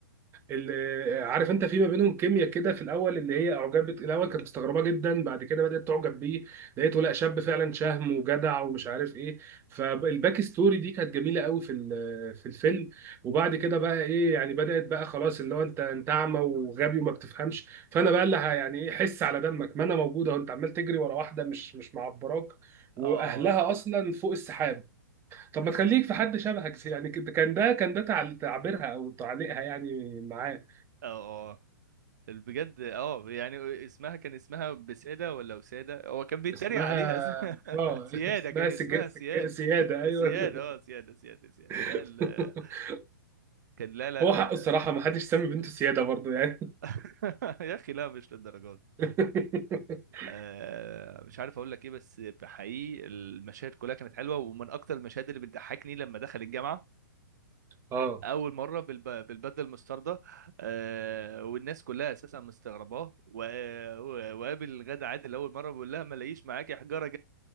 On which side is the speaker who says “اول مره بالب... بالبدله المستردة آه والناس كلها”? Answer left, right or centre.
Right